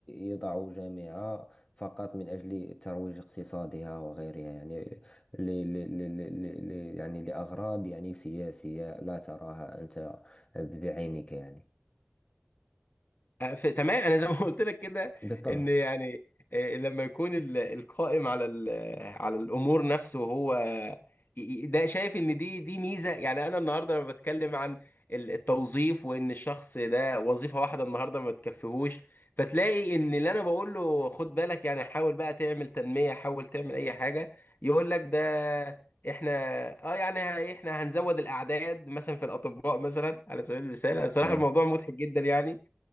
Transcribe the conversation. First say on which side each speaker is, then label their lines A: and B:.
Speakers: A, on the left; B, on the left.
A: يضع جامعة فقط من أجل ترويج اقتصادها وغيرها يعني ل ل ل ل ل- ل- يعني لأغراض يعني سياسية لا تراها أنت بعينك يعني
B: آه، ف- تمام انا زي ما قلت لك كده
A: بالطبع
B: ان يعني آه، لما يكون ال- القائم على ال- على الامور نفسه هو ي- ي- ده شايف ان دي دي ميزه يعني انا النهارده لما بتكلم عن ال- التوظيف وان الشخص ده وظيفه واحده النهارده ما تكفيهوش فتلاقي ان اللي انا بقول له خد بالك يعني حاول بقى تعمل تنميه حاول تعمل اي حاجه يقول لك ده احنا اه يعني ه- احنا هنزود الاعداد مثلا في الاطباء مثلا على سبيل المثال صراحه
A: أيوه
B: الموضوع مضحك جدا يعني